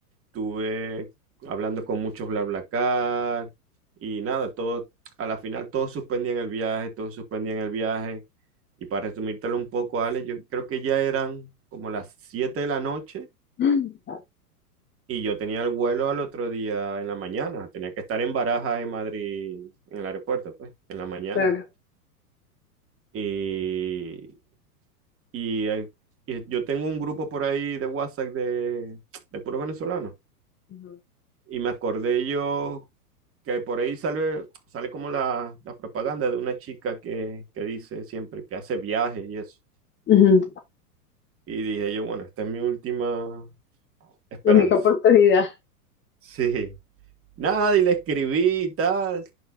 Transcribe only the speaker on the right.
estuve hablando con muchos BlaBlaCar y nada, todo, a la final todos suspendían el viaje, todos suspendían el viaje. Y para resumírtelo un poco, Ale, yo creo que ya eran como las 7 de la noche
y yo tenía el vuelo al otro día en la mañana. Tenía que estar en Barajas, en Madrid, en el aeropuerto, pues, en la mañana.
Y, y, eh, y yo tengo un grupo por ahí de WhatsApp de, de puros venezolanos.
Y me acordé yo que por ahí sale, sale como la, la propaganda de una chica que, que dice siempre que hace viajes y eso.
Y dije yo, bueno, esta es mi última esperanza.
Sí. Nada, y le escribí y tal.